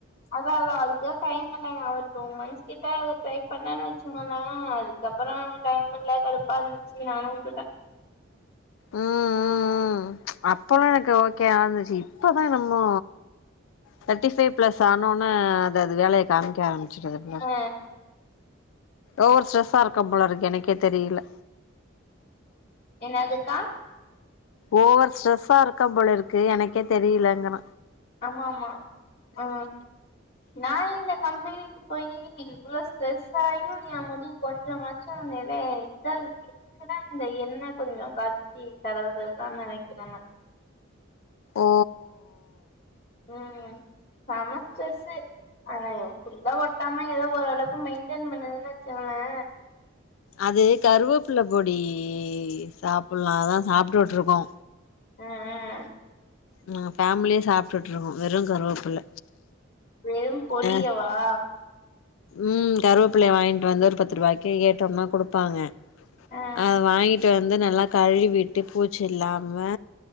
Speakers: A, on the left; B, on the left.
A: அ தா அதா அதுதா டைம் இல்ல நா ஒரு டூ மந்த்ஸ் கிட்ட ட்ரை பண்ணன்னு வெச்சுக்கோளே அது க்கப்பற டைம் இல்ல சலுப்பா இருந்துச்சு நானு உட்டுட்ட
B: ம் ம் ம் அப்பல்லா எனக்கு ஓகேவா இருந்துச்சு இப்பதா என்னமோ தேர்ட்டி ஃபைவ் பிளஸ் ஆனோன அது அது வேலைய காமிக்க ஆரம் ச்செர்ல
A: ஆ
B: ஓவர் ஸ்ட்ரெஸ்ஸா இருக்கம் போல இருக்கு எனக்கே தெரியல
A: என்னதுக்கா
B: ஓவர் ஸ்ட்ரெஸ்ஸா இருக்கம் போல இருக்கு எனக்கே தெரியலங்ற
A: ஆமாமா ஆ நா இந்த கம்பெனிக்கு போயி இவ்வள ஸ்ட்ரெஸ்ஸாயு எ முடி கொஞ்சமாச்சு அந்திது இதா க்குனா இந்த எண்ணெ கொஞ்ச காச்சி தடவுறதா நெனைக்கிற நா
B: ஓ
A: ம் செம ஸ்ட்ரெஸ்ஸு ஆனா எ ஃபுல்லா ஒட்டாம ஏதோ ஓரளவுக்கு மெயின்டென் பண்ணுதுன்னு வெச்சுக்களே
B: அது கருவேப்பில பொடி சாப்பட்லானா சாப்ட்டுட்ருக்கோ
A: அ அ
B: நாங்க ஃபேமிலியே சாப்ட்டுட்ருக்கோ வெறு கருவேப்பில
A: வெறும் பொடியவா
B: அ ம் கருவேப்பிலய வாங்கிட்டு வந்து ஒரு பத்து ரூவாய்க்கு கேட்டம்னா குடுப்பாங்க
A: ஆ
B: அத வாங்கிட் டு வந்து நல்லா கழுவிட்டு பூச்சி இல்லாம